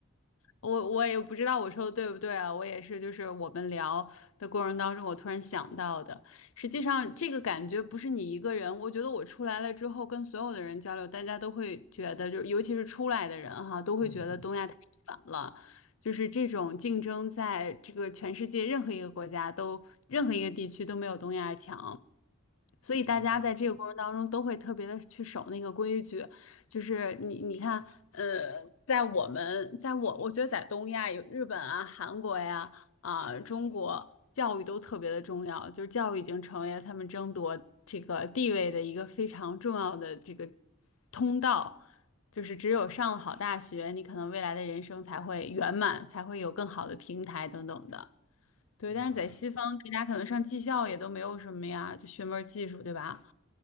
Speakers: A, on the left; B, on the right.
A: 我我也不知道我说的对不对啊，我也是，就是我们聊的过程当中，我突然想到的。实际上，这个感觉不是你一个人，我觉得我出来了之后，跟所有的人交流，大家都会觉得，就尤其是出来的人哈，都会觉得东亚太卷了，
B: 嗯嗯
A: 就是这种竞争，在这个全世界任何一个国家都，任何一个地区都没有东亚强。所以大家在这个过程当中都会特别的去守那个规矩，
B: 嗯，
A: 就是你你看，呃，在我们在我我觉得在东亚有日本啊、韩国呀、啊、中国，教育都特别的重要，就是教育已经成为了他们争夺这个地位的一个非常重要的这个通道，就是只有上了好大学，你可能未来的人生才会圆满，才会有更好的平台等等的。对，
B: 哇。
A: 但是在西方，大家可能上技校也都没有什么呀，就学门儿技术，对吧？